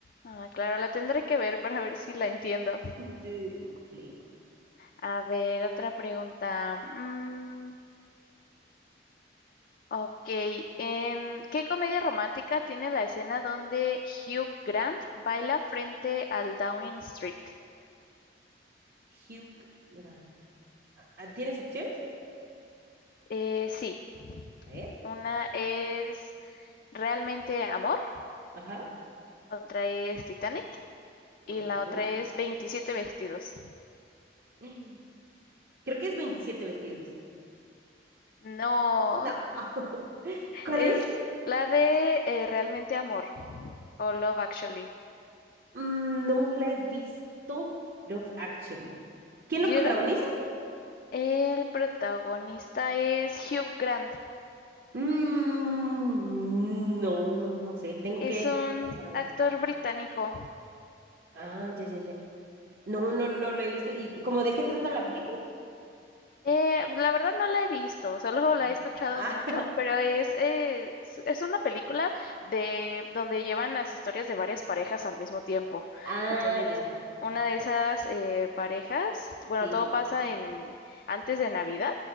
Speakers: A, on the left (about 50°); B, on the right (about 55°).
A: Ah, claro, la tendré que ver para ver si la entiendo.
B: <laughs> Sí, sí,
A: A ver, otra pregunta. Mm, ok, ¿en qué comedia romántica tiene la escena donde Hugh Grant baila frente al Downing Street?
B: sí. Hugh Grant. Ah, ah, ¿Tienes opciones?
A: Eh, sí,
B: A ver.
A: una es Realmente Amor,
B: Ajá.
A: otra es Titanic y
B: Mm,
A: la otra
B: mm,
A: es Veintisiete vestidos.
B: mm. <gasps> Creo que es 27 vestidos.
A: No,
B: No. <laughs> ¿Cuál
A: es
B: es?
A: la de eh, Realmente Amor o Love Actually.
B: Mm, no la he visto. Love Actually. ¿Quién lo
A: Yo
B: protagoniza?
A: El protagonista es Hugh Grant.
B: Mm, no, no, no sé. Tengo
A: Es
B: que
A: un
B: pasar a ver.
A: actor británico.
B: Ah, ya, ya, ya. No, no, no lo he visto. ¿Y, y cómo de qué trata la película?
A: Eh, la verdad no la he visto, solo
B: Ah,
A: la he escuchado
B: ah,
A: mucho, pero es, eh, s- es una película de donde llevan las historias de varias parejas al mismo tiempo.
B: <laughs> ah,
A: Entonces,
B: ya.
A: una de esas eh, parejas, bueno,
B: Sí.
A: todo pasa en antes de Navidad